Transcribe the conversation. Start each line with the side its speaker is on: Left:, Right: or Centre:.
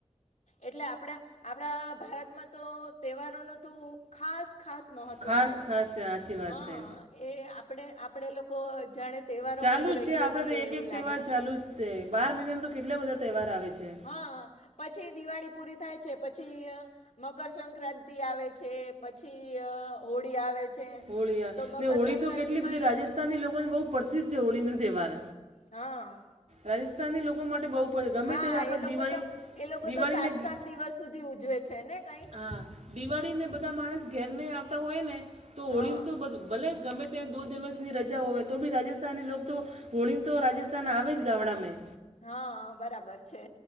Left: એટલે આપડા આપડા ભારતમાં તો તેહેવારોનું તુ ખાસ ખાસ મહત્ત્વ
Right: ખાસ
Left: છે
Right: ખાસ તે સાચી વાત
Left: હ
Right: તે
Left: એ આપડે આપડે લોકો જાણે તેહેવારોમાં
Right: ચાલુ
Left: જ રહીએ
Right: છે આપણે
Left: છીએ
Right: તો એક
Left: એવું
Right: એક
Left: લાગે
Right: તહેવાર
Left: છે.
Right: ચાલુ જ તે બાર મઈનામાં તો કેટલા બધા તેહેવાર આવે છે
Left: હ પછી દિવાળી પૂરી થાય છે પછી મકરસક્રાંતિ આવે છે પછી અહ હોડી આવે છે
Right: હોલી યાર
Left: તો મકરસંક્રાંતિમાંય
Right: ને હોળી તો કેટલી બધી રાજસ્થાની લોકો તો બોવ પરસિદ્ધ જેવું હોલીના તેહેવાર
Left: હા
Right: રાજસ્થાની લોકો માટે બઉ પોયલ ગમે
Left: હા
Right: તે આપણે
Left: એ લોકો
Right: દિવાળી
Left: તો એ લોકો
Right: દિવાળીને
Left: તો સાત
Right: ગી
Left: સાત દિવસ સુધી ઉજવે છે ને કઈ
Right: હા દિવાળીને બધા માણસ ઘેરની આવતા ઓયને તો
Left: હા
Right: હોલીન તો બધુ ભલે ગમે ત્યાં દો દિવસની રજા ઓવે તો બી રાજસ્થાની લોક તો હોલીન તો રાજસ્થાન આવેજ ગામડા મેં
Left: હ બરાબર છે